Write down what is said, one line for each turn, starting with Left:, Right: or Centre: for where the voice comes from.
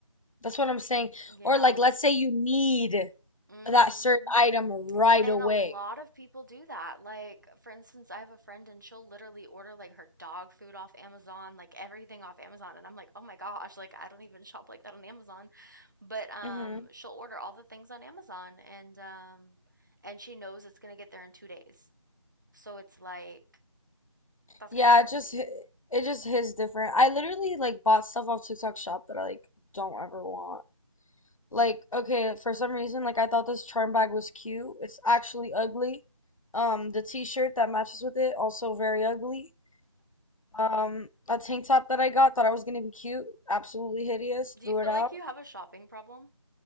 Left: That's what I'm saying.
Right: You
Left: Or
Right: know?
Left: like let's say you need
Right: Mhm.
Left: that certain item right
Right: And
Left: away.
Right: a lot of people do that. Like, for instance, I have a friend and she'll literally order like her dog food off Amazon, like everything off Amazon. And I'm like, oh my gosh, like I don't even <laughs> shop like that on Amazon. But um
Left: hmm
Right: she'll order all the things on Amazon and um and she knows it's gonna get there in two days. So it's like that's
Left: Yeah,
Right: kind of hard
Left: it just
Right: to beat.
Left: hi- it just hits different. I literally like bought stuff off TikTok shop that I like don't ever want. Like, okay, for some reason, like I thought this charm bag was cute. It's actually ugly. Um, the t-shirt that matches with it, also very ugly. Um, a tank top that I got, thought I was gonna be cute, absolutely hideous,
Right: Do
Left: threw
Right: you feel
Left: it out.
Right: like you have a shopping problem?